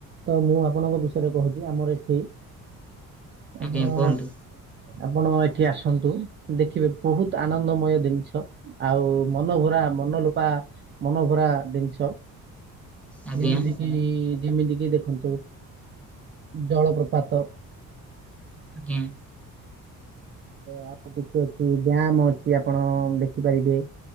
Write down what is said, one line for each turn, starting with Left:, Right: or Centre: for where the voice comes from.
Right: ତ ମୁଁ ଆପଣଙ୍କ ବିଷୟରେ କହୁଛି ଆମର ଏଠି
Centre: ଆଜ୍ଞା
Right: ଆପଣ
Centre: କୁହନ୍ତୁ
Right: ଆପଣ ଏଠି ଆସନ୍ତୁ ଦେଖିବେ ବହୁତ୍ ଆନନ୍ଦମୟ ଦିନିଷ। ଆଉ ମନଭରା ମନଲୋପା ମନଭରା ଦିନିଷ
Centre: ଆଜ୍ଞା
Right: ଯେମିତି କିି ଯେମିତି କିି ଦେଖନ୍ତୁ ଜଳପ୍ରପାତ।
Centre: ଆଜ୍ଞା।
Right: ଆଉ ତ କିଛି ଅଛି ଡ୍ୟାମ ଅଛି ଆପଣ ଦେଖିପାରିବେ।